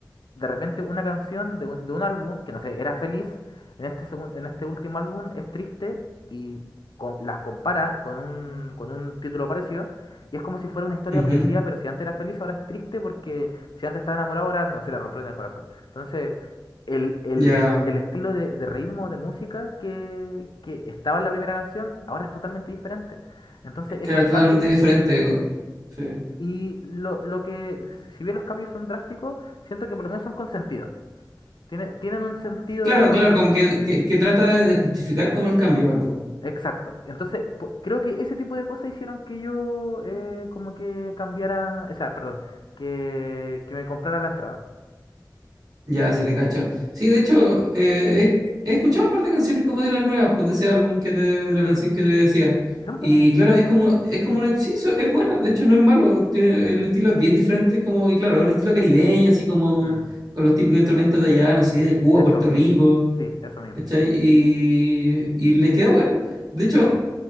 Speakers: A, on the left; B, on the right.
A: de repente una canción de un, de un álbum, que no sé, era feliz, en este segun- en este último álbum es triste y co- las compara con un, con un título parecido y es como si fuera una historia
B: ujú,
A: parecida, pero si antes era feliz, ahora es triste porque si antes estaba enamorado, ahora no se le rompió el corazón. Entonces el, el-
B: ya.
A: el estilo de, de ritmo de música que, que estaba en la primera canción ahora es totalmente diferente. Entonces, esos
B: Claro,
A: cambios,
B: totalmente diferente. co- Sí.
A: y lo, lo que, si bien los cambios son drásticos, siento que por lo menos son con sentido. Tienen, tienen un sentido
B: Claro,
A: del porqué.
B: claro, como que, que, que trata de, de justificar como el cambio igual, po.
A: Exacto. Entonces, po- creo que ese tipo de cosas hicieron que yo eh, como que cambiara, o sea, perdón, que, que me comprara la entrada.
B: Ya, si te cacho. Sí, de hecho, eh, he, he escuchado un par de canciones como de las nuevas, pues de ese álbum que te- de la
A: Mm,
B: canción que te decía.
A: ¿Son
B: Y
A: buenas?
B: claro, es como, es como una, sí, so- es buena, de hecho no es malo, tiene, el estilo es bien diferente, es como, y claro, es un estilo caribeño, así como
A: Mm,
B: con los típicos instrumentos de allá, no sé, de Cuba,
A: Eso,
B: Puerto Rico,
A: sí, eso mismo.
B: ¿cachai? Y, y les queda bueno. De hecho,